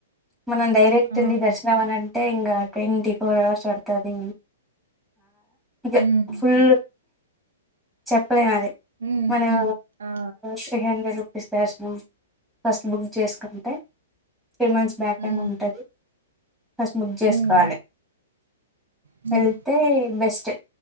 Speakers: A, in the centre; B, on the right.
A: మనం డైరెక్ట్
B: ఆ
A: వెళ్లి దర్శన వన అంటే ఇంకా ట్వంటీ ఫోర్ అవర్స్ పడుతది ఇక
B: హ్మ్
A: ఫుల్ చెప్పలేను అది
B: హ్మ్
A: మనం
B: హ్మ్ ఆ
A: త్రీ హండ్రెడ్ ఫ్రీదర్శనం ఫస్ట్ బుక్ చేసుకుంటే త్రీ మంత్స్ బ్యాక్
B: హ్మ్
A: ఏమి ఉంటుంది ఫస్ట్ బుక్ చేసుకోవాలి
B: హ్మ్ హ్మ్
A: వెళ్తే బెస్ట్